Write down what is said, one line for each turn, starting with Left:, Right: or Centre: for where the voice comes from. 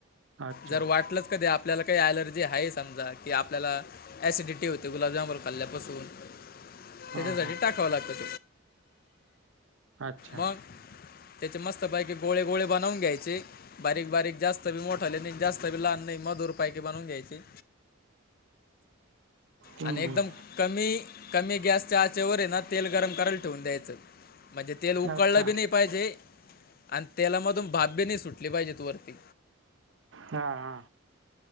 Right: अच्छा
Left: जर वाटलंच कधी आपल्याला काही अलर्जी आहे समजा की आपल्याला ऍसिडिटी होते गुलाबजांब खाल्ल्यापासून
Right: हा
Left: त्याच्यासाठी
Right: हा
Left: टाकावं लागत.
Right: अच्छा
Left: मग त्याचे मस्तपैकी गोळे गोळे बनवून घ्यायचे. बारीक बारीक जास्त बी मोठाले नाही जास्त बी लहान नाही मधुर पाैकी बनवून घ्यायचे.
Right: हम्म
Left: आणि एकदम कमी कमी गॅसच्या आचेवर आहे ना तेल गरम करायला ठेवून द्यायचं. म्हणजे तेल उकळलं
Right: अच्छा
Left: बी नाही पाहिजे आणि तेलामधून भाप बी नाही सुटली पाहिजेत वरती.
Right: हा हा